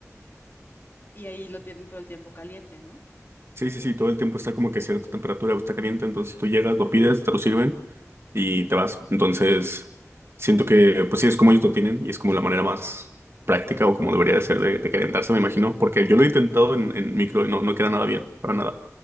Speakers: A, on the left (about 40°); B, on the right (about 50°).
A: Y ahí lo tienen todo el tiempo caliente, ¿no?
B: Sí, sí, sí, todo el tiempo está como que a cierta temperatura, está caliente, entonces tú llegas, lo pides, te lo sirven y te vas. Entonces, siento que, pues sí, es como ellos lo tienen y es como la manera más práctica o como debería de ser de, de calentarse, me imagino, porque yo lo he intentado en, en micro y no, no queda nada bien, para nada.